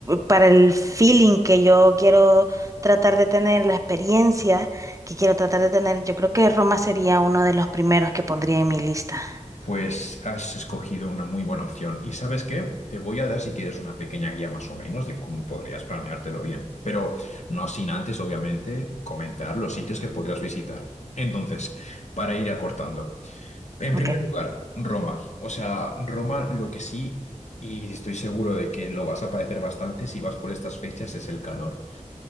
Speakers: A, on the right; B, on the left.
A: para el feeling que yo quiero tratar de tener, la experiencia que quiero tratar de tener. Yo creo que Roma sería uno de los primeros que pondría en mi lista.
B: Pues has escogido una muy buena opción. ¿Y sabes qué? Te voy a dar, si quieres, una pequeña guía más o menos de cómo podrías planeártelo bien. Pero no sin antes, obviamente, comentar los sitios que podrías visitar. Entonces, para ir acortando. En
A: Ok.
B: primer lugar, Roma. O sea, Roma lo que sí, y estoy seguro de que lo vas a padecer bastante si vas por estas fechas, es el calor.